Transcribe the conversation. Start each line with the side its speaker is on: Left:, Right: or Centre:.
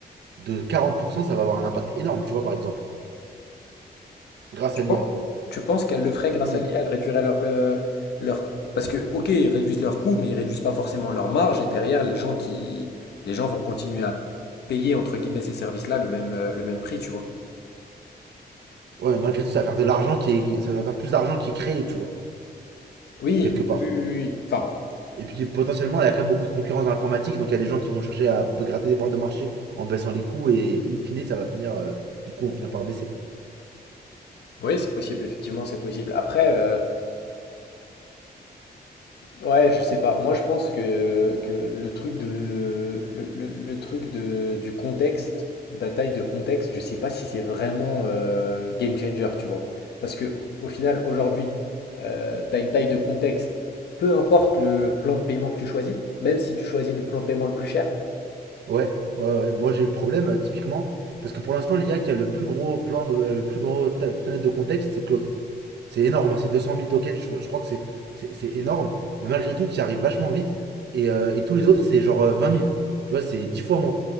Right: de 40%, ça va avoir un impact énorme, tu vois, par exemple, grâce
Left: Tu
Right: à
Left: penses,
Right: l'IA.
Left: tu penses qu'elles le feraient grâce
Right: Non,
Left: à
Right: mais
Left: l'IA? Elles réduiraient leur, euh, leur... Parce que, ok, ils réduisent leurs coûts, mais ils réduisent pas forcément leur marge. Et derrière, les gens qui... les gens vont continuer à payer, entre guillemets, ces services-là le même, euh, le même prix, tu vois.
Right: Ouais, malgré tout, ça va faire de l'argent qui est... ça va faire plus d'argent qui est créé, tu vois,
Left: Oui,
Right: quelque part.
Left: oui, oui, oui. Enfin,
Right: Et puis potentiellement, il y a quand même beaucoup de concurrence dans l'informatique, donc il y a des gens qui vont chercher à gratter des parts de marché en baissant les coûts et in fine, ça va finir, euh, les coûts vont finir par baisser.
Left: oui, c'est possible, effectivement, c'est possible. Après, euh, Ouais, je sais pas. Moi, je pense que, que le truc de le, le- le truc de du contexte, de la taille de contexte, je sais pas si c'est vraiment euh, game changer, tu vois. Parce que au final, aujourd'hui, euh, t'as une taille de contexte, peu importe le plan de paiement que tu choisis, même si tu choisis le plan de paiement le plus cher.
Right: Ouais, ouais, ouais. Moi, j'ai eu le problème euh, typiquement parce que pour l'instant, l'IA qui a le plus gros plan, de, euh, le plus gros ta- fenêtre de contexte, c'est Claude. C'est énorme, hein, c'est 200 000 tokens. Je, je crois que c'est, c'est, c'est énorme, mais malgré tout, tu y arrives vachement vite. Et, euh, et tous les autres, c'est genre euh, 20 000. Tu vois, c'est 10 fois moins.